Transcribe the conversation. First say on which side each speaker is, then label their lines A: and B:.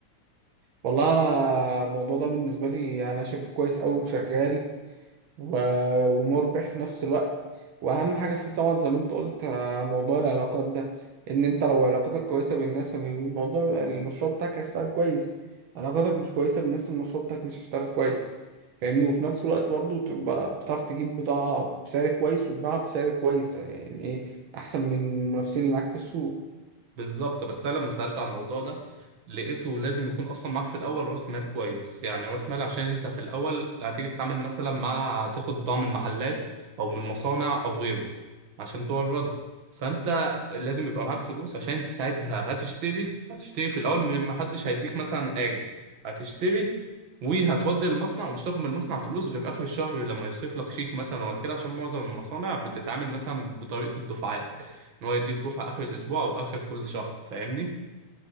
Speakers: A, on the right; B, on the right.
A: والله انا الموضوع ده بالنسبه لي يعني انا شايفه كويس قوي وشغال و- ومربح في نفس الوقت واهم حاجه فيه طبعا زي ما انت قلت آه، موضوع العلاقات ده ان انت لو علاقاتك كويسه بالناس الموضوع المشروع بتاعك هيشتغل كويس علاقاتك مش كويسه بالناس المشروع بتاعك مش هيشتغل كويس فاهمني وفي نفس الوقت برضه تبقى بتعرف تجيب بضاعه بسعر كويس وتباعها بسعر كويس يعني ايه احسن من المنافسين اللي معاك في السوق
B: بالظبط بس انا لما سالت على الموضوع ده لقيته لازم يكون اصلا معاك في الاول راس مال كويس يعني راس مال عشان انت في الاول هتيجي تتعامل مثلا مع هتاخد بضاعه من محلات او من مصانع او غيره عشان توردها فانت لازم يبقى معاك فلوس عشان انت ساعتها هتشتري هتشتري في الاول من- محدش هيديك مثلا اجل هتشتري وهتودي المصنع ومش تاخد من المصنع فلوس غير اخر الشهر لما يصرف لك شيك مثلا ولا كده عشان معظم المصانع بتتعامل مثلا بطريقه الدفعات ان هو يديك دفعه اخر الاسبوع او اخر كل شهر فاهمني